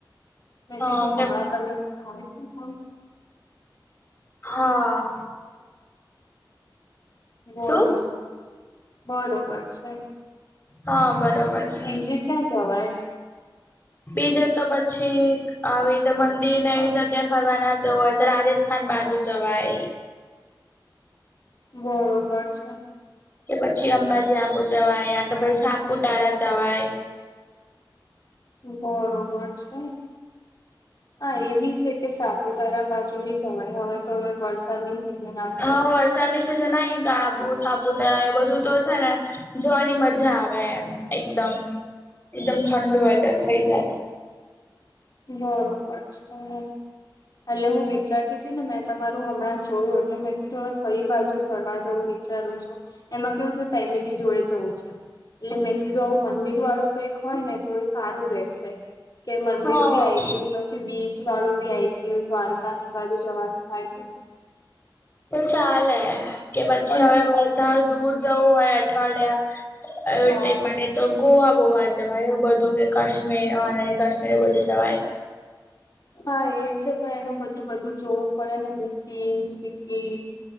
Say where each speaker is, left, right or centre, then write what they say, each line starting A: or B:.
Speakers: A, on the left (about 50°); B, on the left (about 25°).
A: મેં
B: હા
A: કીધું
B: કેમ
A: હમણાં તમે <inaudible>
B: હા.
A: બરોબર.
B: શું
A: બરોબર છે,
B: હા
A: પછી
B: બરોબર છે.
A: બીજે ક્યાં જવાય?
B: બીજે તો પછી આવી રીતે મંદિર ને એ જગ્યા ફરવા ના જવ હોય તો રાજથ થાન બાજુ જવાય.
A: બરોબર છે.
B: કે પછી અંબાજી આબુ જવાય યા તો ભાઈ સાપુતારા જવાય.
A: બરોબર છે હા એવી છે. કે સાપુતારા બાજુની જવાય હવે તો હવે વરસાદની સિઝન આવશે
B: હા
A: એટલે.
B: વરસાદની સિઝન આઈ સાબુ સાપુતારા એ બધું તો છે ને, જોવાની મજા આવે એમ એકદમ. એકદમ ઠંડુ વાર થઇ જાય.
A: બરોબર છે. એટલે હું વિચારતી હતી ને મેં તમારું હમણાં જોયું એટલે મેં કીધું હવે કઈ બાજુ ફરવા જવું વિચારું છું, એમાં કેવું છે ફેમિલી જોડે જવું છે. એટલે મેં કીધું આવું મંદિર વાળું કઈક હોયને તો એ સારું રહેશે, કે મંદિર
B: હા
A: બી આઈ ગયું પછી બીચ વાળું બી આવી ગયું દ્વારકા ની બાજુ જવાનું થાય.
B: તો ચાલે કે પછી
A: પણ
B: હવે વધાર દૂર જવું હોય અઠવાડિયા. મળ
A: હા
B: <unintelligible> તો ગોવા બહુ આ જવાય એવું બધું કે કાશ્મીર કાશ્મીર એ બધું જવાય.
A: હા એ છે પણ એનું પછી બધું જોવું પડે ને બુકિંગ ટિકિટસ.